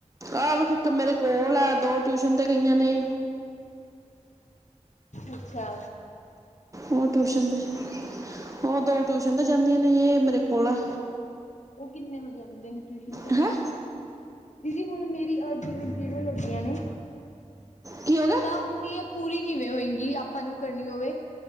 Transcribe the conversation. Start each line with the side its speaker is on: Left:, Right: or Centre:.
Right: ਆਹ ਵੇਖ ਇੱਕ ਮੇਰੇ ਕੋਲ ਐ, ਦੋ ਟਿਊਸ਼ਨ ਤੇ ਗਈਆਂ ਨੇ।
Left: ਅੱਛਾ।
Right: ਓਹ ਟਿਊਸ਼ਨ ਤੇ। ਓਹ ਦੋ ਟਿਊਸ਼ਨ ਤੇ ਜਾਂਦੀਆਂ ਨੇ ਏਹ ਮੇਰੇ ਕੋਲ ਆ।
Left: ਓ ਕਿੰਨੇ ਵਜੇ ਆੰਦੇ ਨੇ, ਟਿਊਸ਼ਨ ਤੇ?
Right: ਹੈ
Left: ਦੀਦੀ ਹੁਣ ਮੇਰੀ ਅਹ, ਜੀਵ ਜੀਰੋ ਲੱਗੀਆ ਨੇ
Right: ਕੀ ਹੋਗਿਆ?
Left: ਤਾਂ ਹੁਣ ਇਹ ਪੂਰੀ ਕਿਵੇਂ ਹੋਏਗੀ, ਆਪਾਂ ਨੂੰ ਕਰਨੀ ਹੋਵੇ?